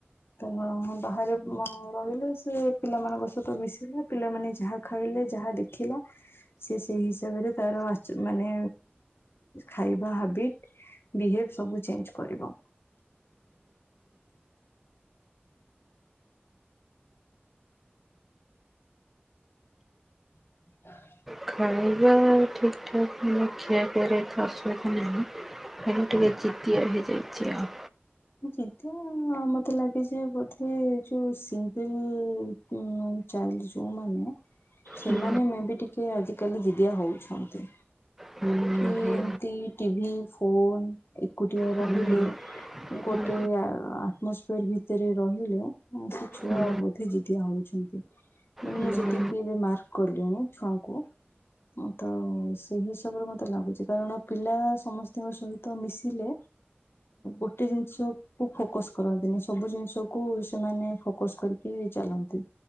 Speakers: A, on the left (about 70°); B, in the centre.
A: କାରଣ ବାହାରେ ରହିଲେ ସେ ପିଲାମାନଙ୍କ ସହିତ ମିଶିଲା। ପିଲାମାନେ ଯାହା ଖାଇଲେ ଯାହା ଦେଖିଲା। ସିଏ ସେଇ ହିସାବରେ ତାର ଆଚ୍ ମାନେ ଖାଇବା ହାବିଟ୍। ବି ହେବ୍ ସବୁ ଚେଞ‌୍ କରିବ। ହ <inaudible>
B: <unintelligible> ଠିକ୍ ଠାକ୍ ମୋ ଖିଆ ପିଆରେ ଏତେ ଅସୁବିଧା ନାହିଁ ହେଲେ ଟିକେ <inaudible> ହେଇଯାଇଛ ଲ
A: ଜିଦ ମତେ ଲାଗେ ଯେ ବୋଧେ ଯୋଉ ସିଙ୍ଗଲ ନୁ ଚାଳଚୁ ମାନେ ସେମାନେ
B: ହୁଁ
A: ମେ ବି ଟିକେ ଆଜିକାଲି ଜିଦିଆ ହଉଛନ୍ତି
B: ହୁଁ
A: କି
B: ହୁଁ
A: ଏମତି ଟିଭି ଫୋନ ଏକୁଟିଆ
B: ହୁଁ
A: ରହିଲେ।
B: ହୁଁ
A: ଗୋଟେ
B: ହୁଁ
A: ଆଟମସଫିୟର ଭିତରେ ରହିଲେ ସେ ଛୁଆ
B: ହୁଁ ହୁଁ
A: ବୋଧେ ଜିଦିଆ ହଉଛି।
B: ହୁଁ ହୁଁ
A: ମୁଁ
B: ହୁଁ
A: ଯେତିକି ଏବେ ମାର୍କ କଲିଣି ଛୁଆଙ୍କୁ ହଁ ତ ସେଇ ହିସାବରେ ମ ମତେ ଲାଗୁଛି କାରଣ ପିଲା ସମସ୍ତଙ୍କ ସହିତ ମିଶିଲେ ଗୋଟେ ଜିନିଷ ବୁ ଫୋକସ କରନ୍ତିନି ସବୁ ଜିନିଷକୁୁ ସେମାନେ ଫୋକସ କରିକି ଚାଲନ୍ତି